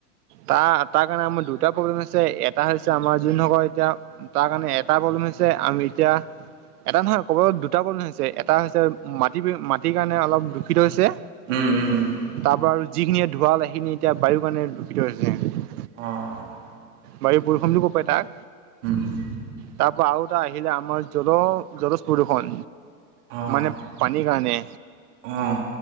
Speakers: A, on the right; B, on the right.
A: তাত তাৰ কাৰণে আমাৰ দুটা প্ৰব্লেম হৈছে এটা হৈছে আমাৰ যোনসকল এতিয়া তাৰ কাৰণে এটা প্ৰব্লেম হৈছে আমি এতিয়া এটা নহয় ক'ব দুটা প্ৰব্লেম হৈছে এটা হৈছে মাটি মাটিৰ কাৰণে অলপ দূষিত হৈছে।
B: উম, উম, উম,
A: তাৰ পৰাা আৰু যিখিনিয়ে ধুৱাল সেইখিনি এতিয়া বায়ুৰ কাৰণে দূষিত হৈছে।
B: আৰু
A: বাৰী পৰষমটো ক পাই তাক
B: উম,
A: তাৰ পৰা আৰু এটা আহি আহিলে আমাৰ জল জলস প্ৰদূষণ
B: অ',
A: মানে পানীৰ কাৰণে
B: অ',